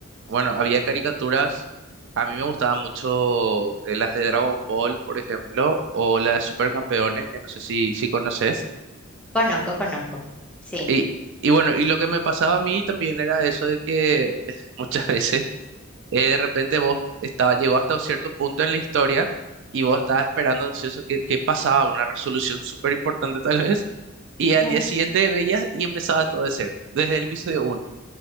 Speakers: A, on the right (about 60°); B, in the centre.
A: bueno, había caricaturas, a mí me gustaban mucho eh, las de Dragon Ball, por ejemplo, o las de Supercampeones, que no sé si, si conoces.
B: conozco, conozco, sí.
A: Y, y bueno, y lo que me pasaba a mí también era eso de que <laughs> muchas veces eh, de repente vos estaba, llegó hasta un cierto punto en la historia y vos estabas esperando ansioso que, que pasaba una resolución súper importante tal vez, y al
B: <laughs>
A: día siguiente veías y empezaba todo de cero, desde el episodio 1.